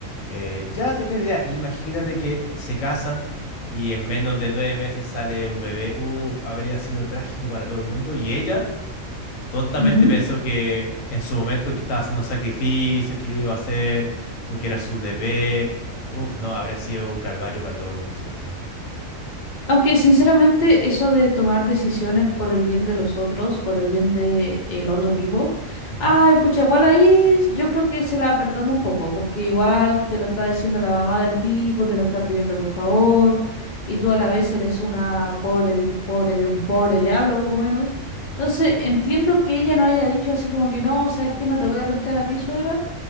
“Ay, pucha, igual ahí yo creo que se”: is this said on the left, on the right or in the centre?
Left